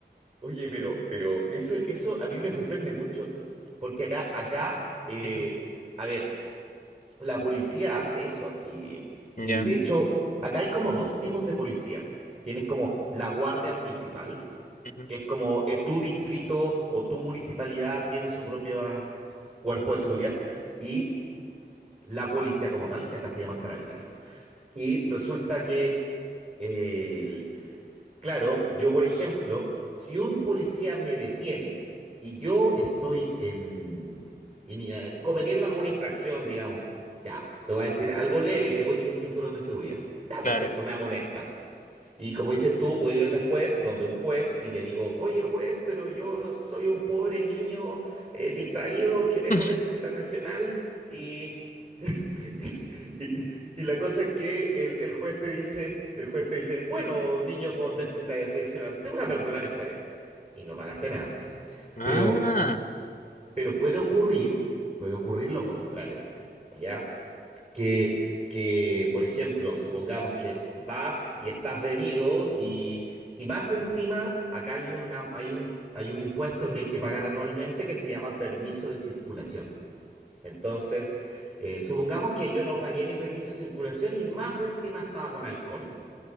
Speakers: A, on the right; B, on the left.
A: Oye, pero, pero eso, eso a mí me sorprende mucho. Porque acá, acá, eh,
B: Ujú,
A: a ver, la policía hace eso aquí.
B: Ya,
A: Y de hecho, acá hay como dos tipos de policía. Tienes como la guardia municipal,
B: ujú,
A: que es como eh, tu distrito o tu municipalidad tiene su propio ah, cuerpo de seguridad. Y la policía como tal, que acá se llaman carabineros. Y resulta que, eh, el- claro, yo por ejemplo, si un policía me detiene y yo estoy en, en, eh, cometiendo alguna infracción, digamos, ya, te voy a decir algo leve, que voy sin cinturón de seguridad. Ya,
B: claro.
A: perfecto, me amonesta. Y como dices tú, puedo ir después donde un juez y le digo, oye juez, pero yo soy un pobre niño eh, distraído que tengo
B: <laughs>
A: déficit atencional y <laughs> Y, y- y la cosa es que el, el juez te dice, y el juez te dice, bueno, niño con déficit atencional, te voy a perdonar esta vez. Y no pagaste nada.
B: Ah,
A: Pero, pero puede ocurrir, puede ocurrir lo contrario, ¿ya? Que, que, por ejemplo, supongamos que vas y estás bebido y, y más encima, acá hay una- hay un, hay un impuesto que hay que pagar anualmente que se llama permiso de circulación. Entonces, eh, supongamos que yo no pagué mi permiso de circulación y más encima estaba con alcohol.